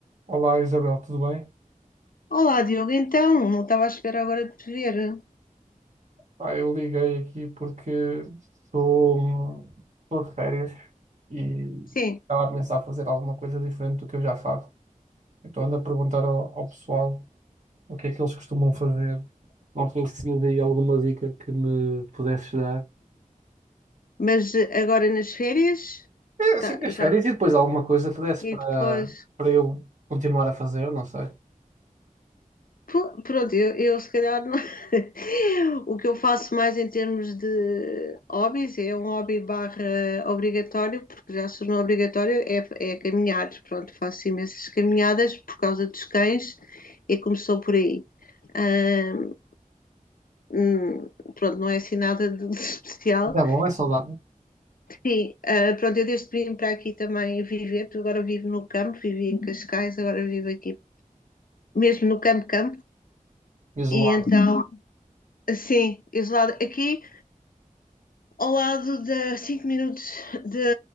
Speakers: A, on the right; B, on the left.
A: Olá Isabel, tudo bem?
B: Olá, Diogo, então, não estava à espera agora de te ver.
A: Ah, eu liguei aqui porque estou estou de férias e
B: Sim,
A: estava a pensar fazer alguma coisa diferente do que eu já faço. Então ando a perguntar ao, ao pessoal o que é que eles costumam fazer. Não sei se tinha aí alguma dica que me pudesses dar.
B: mas eh, agora nas férias,
A: É, assim,
B: tá,
A: nas
B: já.
A: férias e depois alguma coisa que desse
B: E
A: para
B: depois,
A: para eu continuar a fazer, não sei.
B: pô, pronto, eu, eu se calhar não- <laughs> o que eu faço mais em termos de hobbies é um hobby barra obrigatório, porque já se tornou obrigatório, é, é caminhar. Pronto, faço imensas caminhadas por causa dos cães e começou por aí. Ah, hum, pronto, não é assim nada de <laughs> de especial.
A: Mas É bom, é saudável.
B: Sim, ah, pronto, eu desde que vim para aqui também viver, porque agora vivo no campo, vivi em Cascais, agora vivo aqui, mesmo no campo campo,
A: Isolado,
B: e então, sim, isolado aqui ao lado da 5 minutos da